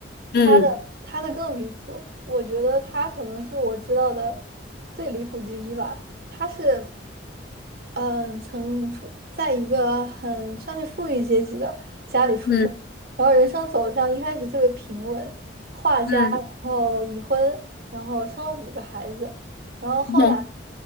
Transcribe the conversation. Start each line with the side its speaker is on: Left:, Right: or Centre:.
Left: 嗯
Right: 他的他的更离谱，我觉得他可能是我知道的最离谱之一吧。他是嗯，曾出在一个很算是富裕阶级的家里出生，
Left: 嗯
Right: 然后人生走向一开始特别平稳，画家，
Left: 嗯，
Right: 然后已婚，然后生了五个孩子，然后后来
Left: <laughs>